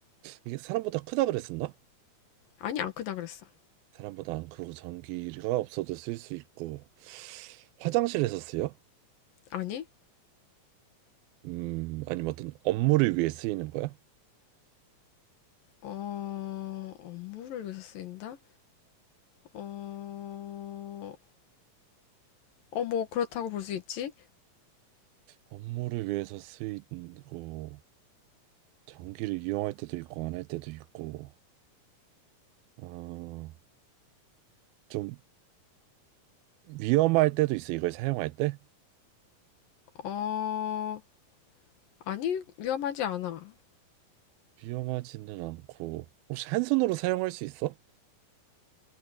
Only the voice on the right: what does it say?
이게 사람보다 크다 그랬었나?
사람보다 안 크고 전기가 없어도 쓸 수 있고 화장실에서 쓰여?
음, 아니면 어떤 업무를 위해 쓰이는 거야?
업무를 위해서 쓰이고 전기를 이용할 때도 있고 안 할 때도 있고 어, 좀 위험할 때도 있어 이걸 사용할 때?
위험하지는 않고 혹시 한 손으로 사용할 수 있어?